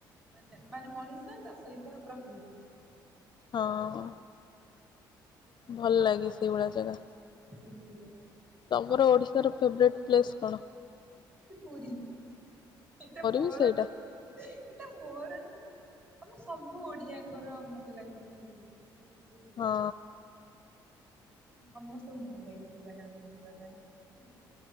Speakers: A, on the right; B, on the left.
A: ମାନେ ମାନେ ମଣିଷ ତା ସହିତ ପ୍ରକୃତି।
B: ହଁ।
A: ସେଇଟା ଅଧିକା
B: ଭଲ ଲାଗେ ସେଇଭଳିଆ ଜାଗା।
A: ଭଲ ଲାଗେ ସେମିତିଆ ଜାଗା।
B: ତମର ଓଡ଼ିଶାର ଫେବରେଟ୍ ପ୍ଲେସ୍ କଣ?
A: ପୁରୀ। ଏଟା ମୋର
B: ବି ସେଇଟା
A: ନୁହୁଁ ଏଟା ମୋର ନୁହୁଁ ମାନେ ଆମ ସବୁ ଓଡିଆଙ୍କର ମତେ ଲାଗୁଚି ପୁରୀ ବୋଧେ
B: ହଁ।
A: ମାନେ ସମସ୍ତଙ୍କୁ ଭଲ ଲାଗେ ସେ ଜାଗାକୁ ଯିବା ପାଇଁ ନୁହେଁ।